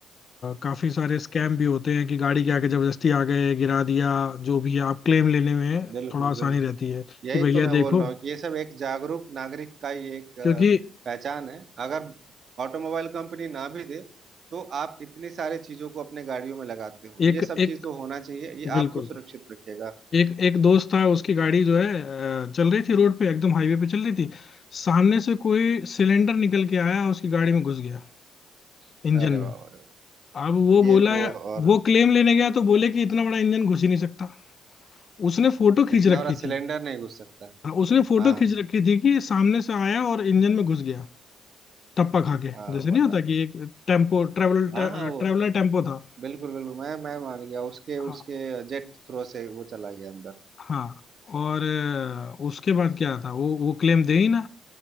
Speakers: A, on the left; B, on the right.
A: काफी सारे स्कैम भी होते हैं कि गाड़ी के आगे जबरदस्ती आ गए गिरा दिया जो भी है आप क्लेम लेने में
B: बिल्कुल
A: थोड़ा आसानी
B: बिल्कुल
A: रहती है
B: यही
A: कि भैया
B: तो मैं बोल
A: देखो
B: रहा हूँ कि ये सब एक जागरूक नागरिक का ही एक अ,
A: क्योंकि
B: पहचान है अगर ऑटोमोबाइल कंपनी ना भी दे तो आप इतनी सारी चीजों को अपने गाड़ियों में लगाते हो
A: एक
B: ये सब
A: एक
B: चीज तो होना चाहिए ये
A: बिल्कुल
B: आपको सुरक्षित रखेगा
A: एक एक दोस्त था उसकी गाड़ी जो है अ, चल रही थी रोड पे एकदम हाईवे पे चल रही थी सामने से कोई सिलेंडर निकल के आया उसकी गाड़ी में घुस गया इंजन
B: अरे
A: में
B: वाह अरे वाह।
A: अब वो बोला
B: ये तो और
A: वो क्लेम लेने गया तो बोले कि इतना बड़ा इंजन घुस ही नहीं सकता उसने फोटो खींच
B: इतना
A: रखी
B: बड़ा सिलेंडर
A: थी
B: नहीं घुस सकता
A: हाँ, उसने फोटो
B: हाँ
A: खींच रखी थी कि सामने से आया और इंजन में घुस गया टप्पा खा के
B: हाँ
A: जैसे
B: बताओ
A: नहीं होता कि एक टेम्पो ट्रेवल
B: हाँ
A: ट्रेवलर
B: हाँ वो
A: टेम्पो था
B: बिल्कुल बिल्कुल मैं मैं मान गया उसके
A: हाँ
B: उसके जेट थ्रो से वो चला गया अंदर
A: हाँ, और अ, उसके बाद क्या था वो वो क्लेम दे ही ना